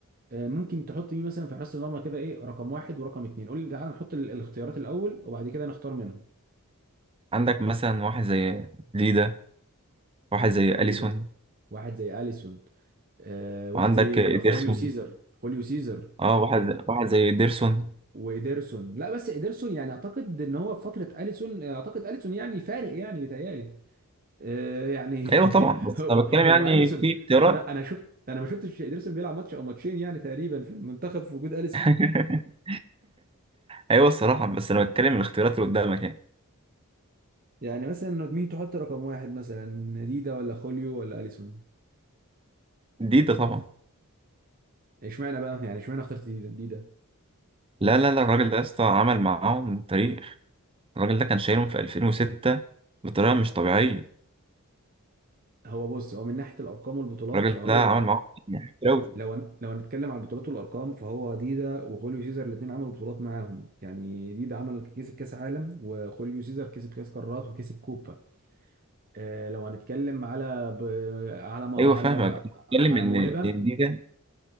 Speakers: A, on the right (about 40°); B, on the right (about 25°).
A: أه ممكن تحط مين مثلا في حراسه المرمى كده ايه رقم واحد ورقم اتنين قول لي تعال نحط ال- الاختيارات الاول وبعد كده نختار منهم
B: عندك مثلا واحد زي ديدا واحد
A: عندك
B: زي اليسون
A: جديده واحد زي اليسون أه واحد
B: وعندك
A: زي
B: إيدرسون
A: خوليو سيزر خوليو سيزر
B: اه واحد واحد زي إيدرسون
A: وإيدرسون لا بس إيدرسون يعني أعتقد إن هو في فترة أليسون أعتقد أليسون يعني فارق يعني بيتهيألي آه، يعني
B: ايوه طبعا
A: <laughs>
B: بس
A: هو
B: انا بتكلم
A: هو
B: يعني
A: أليسون
B: في اختيارات
A: هو أنا أنا شفت أنا ما شفتش إيدرسون بيلعب ماتش أو ماتشين يعني تقريبا في المنتخب في وجود أليسون
B: <laughs> ايوه الصراحه بس انا بتكلم الاختيارات اللي قدامك يعني
A: يعني مثلا مين تحط رقم واحد مثلا ديدا ولا خوليو ولا أليسون
B: دي ده طبعا
A: اشمعنى بقى يعني اشمعنى اخترت ديدا ديدا
B: لا لا لا الراجل ده يا اسطى عمل معاهم تاريخ الراجل ده كان شايلهم في 2006 بطريقه مش طبيعيه
A: هو بص هو من ناحية الأرقام والبطولات
B: الراجل
A: فهو
B: ده عمل معاهم يعني كتير أوي.
A: لو هن- لو هنتكلم على البطولات والارقام فهو ديدا وخوليو سيزر الاثنين عملوا بطولات معاهم يعني ديدا عمل كسب كاس عالم وخوليو سيزر كسب كاس قارات وكسب كوبا آه لو هنتكلم على ب... على ما...
B: ايوه
A: على
B: فاهمك انا بتكلم
A: على
B: ان
A: موهبه
B: إن دي ده